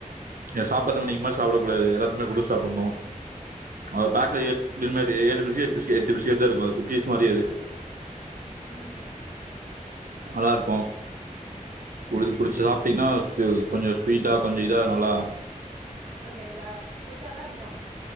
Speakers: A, on the right; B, in the centre.
A: நீங்க சாப்புறத்துக்
B: ஆமா
A: நீங்க மாரி சாப்புட கூடாது எல்லாத்துமே குடுத் சாப்புட்ணோ அது
B: ம்
A: பேக்ல <unintelligible> ஏ ஏ ஏழு பிஸ்கெட் தா இருக்கோ அது குக்கிஸ் மாரி அது
B: ம்
A: நல்லா இருக்கு புடிச்சு புடிச்சு சாப்ட்டீங்கன்னா கொஞ்சோ ஸ்வீட்டா கொஞ்சோ இதா நல்லா
B: கொஞ்சோ இதா ஸ்வீட்டா தா இருக்கு